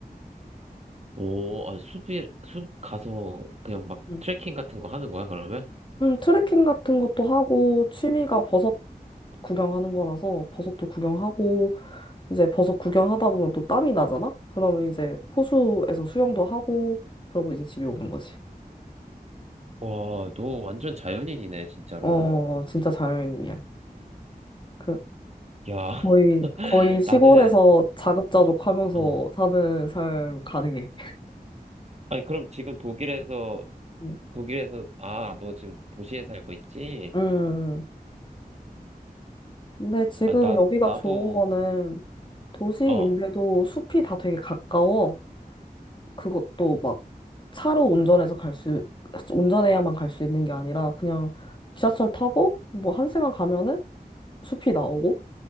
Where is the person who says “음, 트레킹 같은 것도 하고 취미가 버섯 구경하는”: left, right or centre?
Left